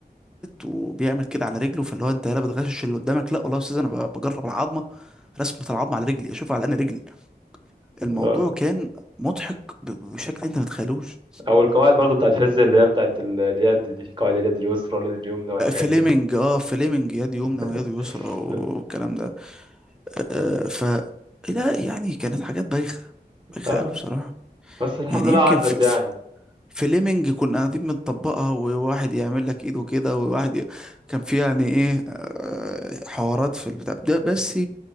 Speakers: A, in the centre; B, on the right.
A: وبيعمل كده على رجله فاللي هو انت لا بتغشش اللي قدامك لا والله يا استاذ انا ب- بجرب العظمة رسمة العظمة على رجلي اشوف على انهي رجل الموضوع
B: اه
A: كان مضحك ب- بشكل انت ما تتخيلوش
B: او القواعد برضو بتاع الفيزياء اللي هي بتاعت ال- اليد دي قواعد اليد اليسرى واليد اليمنى والحاجات
A: فليمنج
B: دي
A: اه فليمنج يد يمنى ويد
B: <laughs>
A: يسرى والكلام ده آه ف لا يعني كانت حاجات بايخة بايخة
B: اه
A: قوي بصراحة
B: بس الحمد
A: يعني
B: لله
A: يمكن
B: عدت
A: في, في
B: يعني
A: فليمنج كنا قاعدين بنطبقها وواحد يعمل لك ايده كده وواحد ي... كان في يعني ايه آه، حوارات في البتاع ده بس